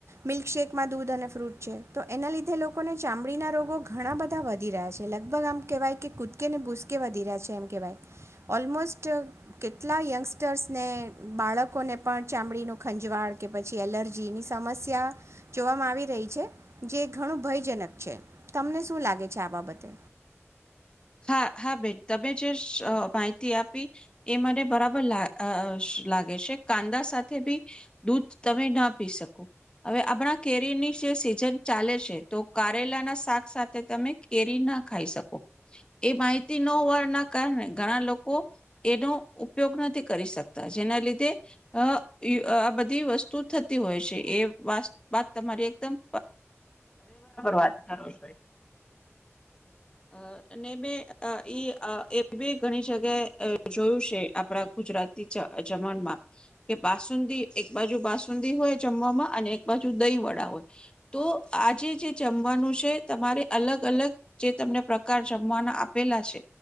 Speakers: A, on the right; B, on the left.
A: મિલ્કશેેકમાં દૂધ અને ફ્રૂટ છે, તો એના લીધે લોકોને ચામડીના રોગો ઘણા બધા વધી રહ્યા છે. લગભગ આમ કહેવાય કે, કૂદકે ને ભૂસકે વધી રહ્યા છે એમ કહેવાય. ઓલમોસ્ટ કેટલા યંગસ્ટર્સને, બાળકોને પણ ચામડીનું ખંજવાળ કે પછી એલર્જીની સમસ્યા જોવામાં આવી રહી છે. જે ઘણું ભયજનક છે તમને શું લાગે છે આ બાબતે?
B: હા હા બેન તમે જે માહિતી આપી એ મને બરાબર લા લાગે છે કાંદા સાથે બી દૂધ તમે ના પી શકો હવે આપણા કેરીની જે સીઝન ચાલે છે તો કારેલા ના શાક સાથે તમે કેરી ના ખાઈ શકો. એ માહિતી ન હોવાના કારણે ઘણા લોકો એનો ઉપયોગ નથી કરી શકતા જેના લીધે અ આ બધી વસ્તુ થતી હોય છે એ વા વાત તમારી એકદમ પર વાત કર છો એ અ ને બે અ ઈ અ એ મે ઘણી જગ્યાએ અ જોયું છે, આપડા ગુજરાતી જ જમવામાં કે બાસુંદી એક બાજુ બાસુંદી હોય જમવામાં અને એક બાજુ દહીંવડા હોય. તો આજે જે જમવાનું છે, તમારે અલગ-અલગ જે તમને પ્રકાર જમવાના આપેલા છે